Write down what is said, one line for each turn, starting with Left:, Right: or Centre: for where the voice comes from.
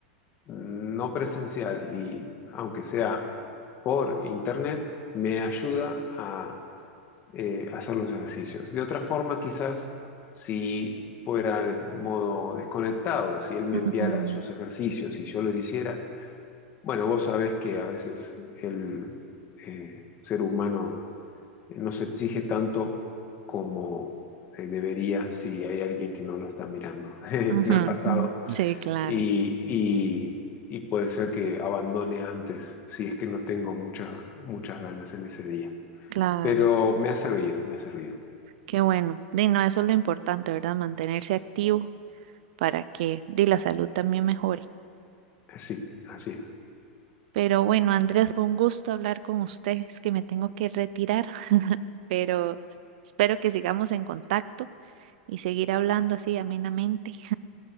Left: no presencial y aunque sea por internet, me ayuda a eh, hacer los ejercicios. De otra forma, quizás si fuera de modo desconectado, si él me
Right: Ujú,
Left: enviara sus ejercicios y yo los hiciera, bueno, vos sabés que a veces el eh, ser humano no se exige tanto como eh, debería si hay alguien que no lo está mirando. <laughs>
Right: ujú,
Left: Me ha pasado
Right: ujú. Sí, claro,
Left: y, y- y puede ser que abandone antes si es que no tengo muchas, muchas ganas en ese día.
Right: claro,
Left: Pero me ha servido, me ha servido.
Right: qué bueno. Di, no, eso es lo importante, ¿verdad? Mantenerse activo para que di, la salud también mejore.
Left: Sí, así es.
Right: Pero bueno, Andrés, fue un gusto hablar con usted. Es que me tengo que retirar, <laughs> pero espero que sigamos en contacto y seguir hablando así amenamente.